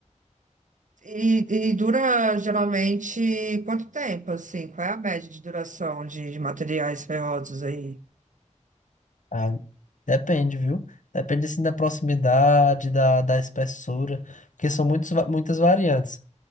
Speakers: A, on the right; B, on the left.
A: E, e dura geralmente quanto tempo, assim? Qual é a média de duração de, de materiais ferrosos aí?
B: Ah, depende, viu? Depende assim da proximidade, da, da espessura, porque são muitos, va- muitas variantes.